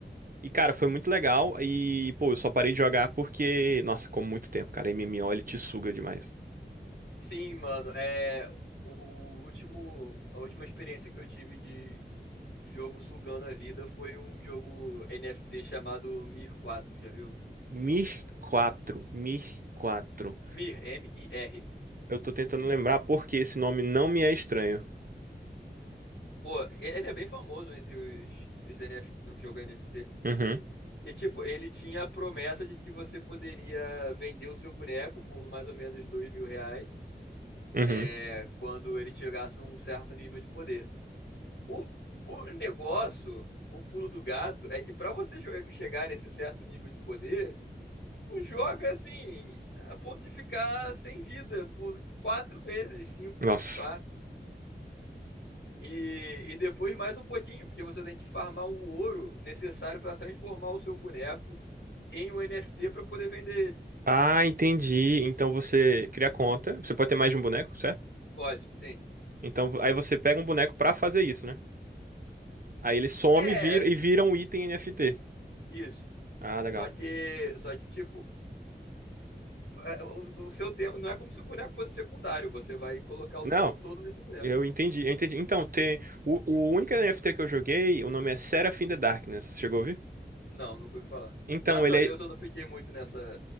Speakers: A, on the right; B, on the left.
A: E, cara, foi muito legal. E, pô, eu só parei de jogar porque, nossa, como muito tempo, cara. MMO, ele te suga demais.
B: Sim, mano, é o, o último, a última experiência que eu tive de jogo sugando a vida foi um jogo NFT chamado Mir 4, já viu?
A: Mir 4, Mir 4.
B: Mir, M-I-R.
A: Eu tô tentando lembrar porque esse nome não me é estranho.
B: Pô, e- ele é bem famoso entre os, os NFT, o jogo NFT.
A: Uhum,
B: E tipo, ele tinha a promessa de que você poderia vender o seu boneco por mais ou menos dois mil reais,
A: uhum.
B: é, quando ele chegasse num certo nível de poder. O, o negócio, o pulo do gato, é que pra você jo- chegar nesse certo nível de poder, tu joga assim, a ponto de ficar sem vida por quatro meses, cinco,
A: Nossa.
B: se pá. E, e depois mais um pouquinho, porque você tem que farmar o ouro necessário pra transformar o seu boneco em um NFT pra poder vender ele.
A: Ah, entendi. Então você cria conta. Você pode ter mais de um boneco, certo?
B: Pode, sim.
A: Então aí você pega um boneco pra fazer isso, né? Aí ele some
B: É,
A: e vira, e vira um item NFT.
B: isso.
A: Ah, legal.
B: Só que, só que tipo, é, o, o seu tempo não é como se o boneco fosse secundário, você vai colocar o
A: Não,
B: tempo todo nesse boneco.
A: eu entendi, eu entendi. Então, tem. O, o único NFT que eu joguei, o nome é Seraphim the Darkness. Chegou a ouvir?
B: Não, nunca ouvi falar.
A: Então,
B: Graças
A: ele
B: a Deus
A: é.
B: eu não fiquei muito nessa,